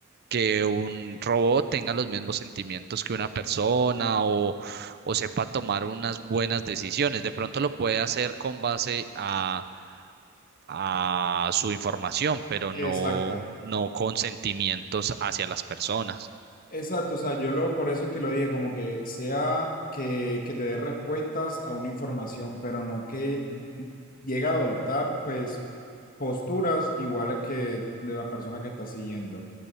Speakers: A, on the right (about 50°); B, on the left (about 45°).
A: que un robot tenga los mismos sentimientos que una persona o, o sepa tomar unas buenas decisiones. De pronto lo puede hacer con base a, a su información, pero
B: Exacto.
A: no, no con sentimientos hacia las personas.
B: Exacto, o sea, yo lo, por eso es que lo dije, como que sea que, que te dé respuestas a una información, pero no que llegue a adoptar, pues, posturas iguales que de las personas que estás siguiendo.